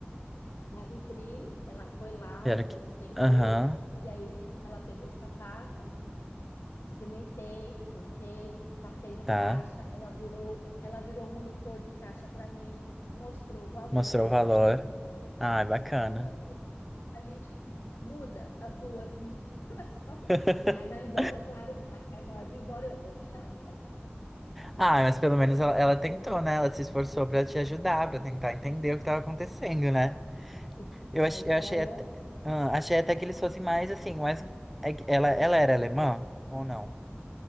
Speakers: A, on the left (about 80°); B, in the centre.
A: na vitrine, ela foi lá,
B: Quero que.
A: ela entendeu,
B: Aham,
A: e aí ela pegou o sapato, experimentei, ficou ok, passei no
B: tá.
A: caixa, ela virou, ela virou o monitor do caixa para mim, mostrou o valor,
B: Mostrou o valor. Ah, bacana.
A: tudo muda. A gente muda as duas <laughs> na só.
B: <laughs>
A: Aí na embora, claro, na, aí na hora de ir embora eu, Dankchão, Dankchão.
B: Ah, mas pelo menos ela, ela tentou,
A: Olha,
B: né? Ela se esforçou pra te ajudar, pra tentar entender o que tava acontecendo, né?
A: Isso,
B: Eu,
A: ai,
B: ach- eu
A: olha,
B: achei até, ah, achei até que eles fossem mais assim, mas é ela, ela era alemã ou não?